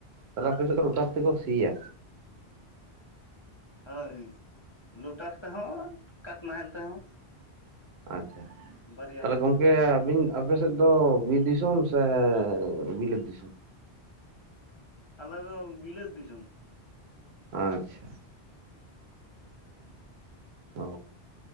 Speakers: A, on the right; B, on the left.
A: ᱛᱟᱦᱚᱞᱮ ᱟᱯᱮ ᱥᱮᱫ ᱫᱚ ᱞᱚᱴᱟᱨ ᱛᱮᱠᱚ ᱥᱤᱭᱟ?
B: ᱦᱳᱭ, ᱞᱚᱴᱟᱨ ᱛᱮᱦᱚᱸ ᱠᱟᱴ ᱱᱟᱦᱮᱞ ᱛᱮᱦᱚᱸ᱾
A: ᱟᱪᱪᱷᱟ,
B: ᱵᱟᱨᱭᱟ
A: ᱛᱟᱦᱚᱞᱮ
B: ᱛᱮᱜᱮ
A: ᱜᱚᱝᱠᱮ ᱟᱵᱤᱱ ᱟᱯᱮ ᱥᱮᱫ ᱫᱚ ᱵᱤᱨ ᱫᱤᱥᱚᱢ ᱥᱮ ᱵᱤᱞᱟᱹᱛ ᱫᱤᱥᱚᱢ?
B: ᱟᱞᱮ ᱫᱚ ᱵᱤᱞᱟᱹᱛ ᱫᱤᱥᱚᱢ᱾
A: ᱟᱪᱪᱷᱟ᱾ ᱚ,